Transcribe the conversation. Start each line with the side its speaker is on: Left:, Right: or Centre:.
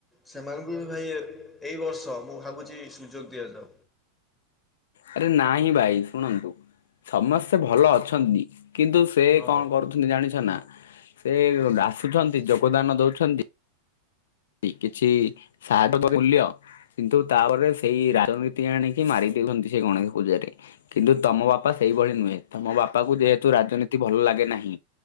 Centre: ସେମାନଙ୍କୁ ବି ଭାଇ ଏ ଏଇ ବର୍ଷ ମୁଁ ଭାବୁଛି ସୁଯୋଗ ଦିଆଯାଉ।
Left: ଆରେ ନାଇହିଁ ଭାଇ ଶୁଣନ୍ତୁ ସମସ୍ତେ ଭଲ ଅଛନ୍ତି। କିନ୍ତୁ ସେ
Centre: ହଁ
Left: କଣ
Centre: ଭାଇ।
Left: କରୁଛନ୍ତି ଜାଣିଛ ନା, ସେ ଆସୁଛନ୍ତି ଯୋଗଦାନ ଦଉଛନ୍ତି କିଛି ସାହା <inaudible> ମୂଲ୍ୟ କିନ୍ତୁ ତାପରେ ସେଇ ରାଜନୀତି ଆଣିକି ମାରି ଦେଉଛନ୍ତି ସେ ଗଣେଶ ପୂଜାରେ। କିନ୍ତୁ ତମ ବାପା ସେଇଭଳି ନୁହେଁ। ତମ ବାପା କୁ ଯେହେତୁ ରାଜନୀତି ଭଲ ଲାଗେ ନାହିଁ